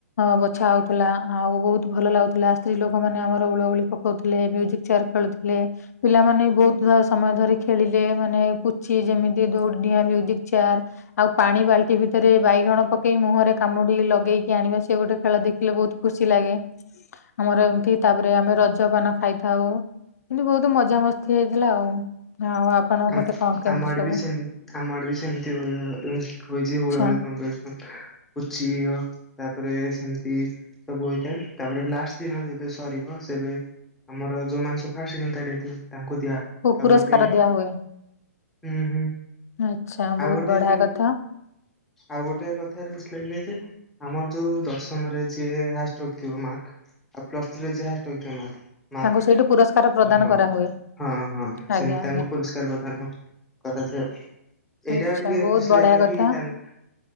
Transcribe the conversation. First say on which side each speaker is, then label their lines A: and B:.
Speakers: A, on the left; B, in the centre.
A: ବଛା ହଉଥିଲା, ଆଉ ବହୁତ ଭଲ ଲାଗୁଥିଲା। ସ୍ତ୍ରୀ ଲୋକମାନେ ଆମର ହୁଳହୁଳି ପକଉଥିଲେ ମ୍ୟୁଜିକ ଚେୟାର ଖେଳୁଥିଲେ। ପିଲାମାନେ ବହୁତ ସମୟ ଧରି ଖେଳିଲେ ମାନେ ପୁଚି ଯେମିତି ଦୌଡିଡିଆଁ, ମ୍ୟୁ ଚେୟାର। ଆଉ ପାଣି ବାଲ୍ଟି ଭିତରେ ବାଇଗଣ ପକେଇ ମୁହଁରେ କାମୁଡି ଲଗେଇକି ଆଣିବା ସେ ଗୋଟେ ଖେଳ ଦେଖିଲେ ବହୁତ୍ ଖୁସି ଲାଗେ ଆମର ଏମତି। ତାପରେ ଆମେ ରଜପାନ ଖାଇଥାଉ। କିନ୍ତୁ ବହୁତ ମଜାମସ୍ତି ହେଇଥିଲା ଆଉ। ଆପଣଙ୍କ
B: ଆଚ୍ଛା
A: ପଟେ କଣ କେମିତି
B: ଆମ ଆଡ଼େ
A: ସବୁ
B: ବି ସେମ୍ ଆମଆଡ଼େ ବି ସେମତି ହୁଏ ହୋଇଛି ହୁଳହୁଳି
A: ଆଛା
B: କମ୍ପିଟିସନ୍। ପୁଚି ତାପରେ ସେମିତି ସବୁ ହୋଇଥାଏ। ତାପରେ ଲାଷ୍ଟ ଦିନ ଯେବେ ସରିବ ସେବେ ଆମର ଯୋଉମାନେ ସବୁ ଫାଷ୍ଟ, ସେକେଣ୍ଡ, ଥାର୍ଡ ହେଇଥିବେ ତାଙ୍କୁ ଦିଆହବ। ଆଉ
A: ପୁରସ୍କାର
B: ଗୋଟେ
A: ଦିଆ ହୁଏ।
B: ହୁଁ ହୁଁ
A: ଆଚ୍ଛା ବହୁତ
B: ଆଉ ଗୋଟେ
A: ବଢିଆ କଥା
B: ଆଉ ଗୋଟେ କଥାରୁ ଖୁସୀ ଲାଗିଲା ଯେ ଆମର ଯୋଉ ଦଶମରେ ଯିଏ ହାଏଷ୍ଟ ରଖିଥିବ ମାର୍କ। ଆଉ ପ୍ଲସ ଟୁ ରେ ଯିଏ ହାଏଷ୍ଟ ରଖିଥିବ ମାର୍କ। ମାର୍କ
A: ତାଙ୍କୁ ସେଇଠୁ ପୁରସ୍କାର ପ୍ରଦାନ
B: ହଁ
A: କରାହୁଏ
B: ହଁ ହଁ
A: ଆଜ୍ଞା
B: ସେମିତି
A: ଆଜ୍ଞା।
B: ତାଙ୍କୁ ପୁରସ୍କାର ପ୍ରଦାନ କରାଯାଏ ଆଉ। ଏଇଟା
A: ଆଚ୍ଛା
B: ଟିକେ
A: ବହୁତ
B: ଖୁସୀ
A: ବଢିଆ
B: ଲାଗିଲା
A: କଥା
B: କି ତାଙ୍କ